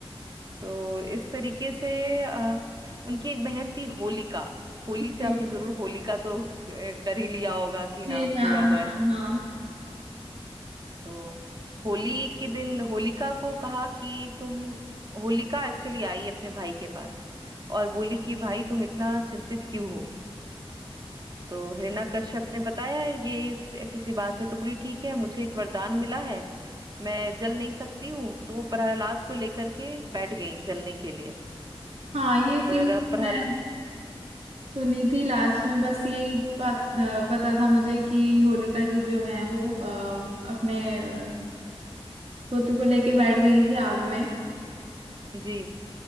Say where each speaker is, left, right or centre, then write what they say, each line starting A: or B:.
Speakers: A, on the right; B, on the right.
A: तो इस तरीके से अ, उनकी एक बहन थी होलिका होली
B: ठीक
A: से आपने जरूर होलिका तो क- कर ही लिया होगा कि नाम
B: जी हाँ
A: जुड़ा हुआ
B: हाँ
A: है
B: हाँ
A: तो होली के दिन होलिका को कहा कि तुम होलिका एक्चुअली आई अपने भाई के पास और बोली कि भाई तुम इतना चिंतित क्यों हो तो हिरण्यकश्यप ने बताया है ये इस- ऐसी सी बात है तो बोली ठीक है मुझे एक वरदान मिला है मैं जल नहीं सकती हूँ तो वो प्रहलाद को लेकर के बैठ गई जलने के लिए
B: हाँ ये चीज
A: पर प्रहल
B: मैं सुनी थी लास्ट में बस यही बात अ, पता था मुझे कि होलिका जी जो हैं वो अ, अपने अ, पुत्र को लेके बैठ गई थी आग में
A: जी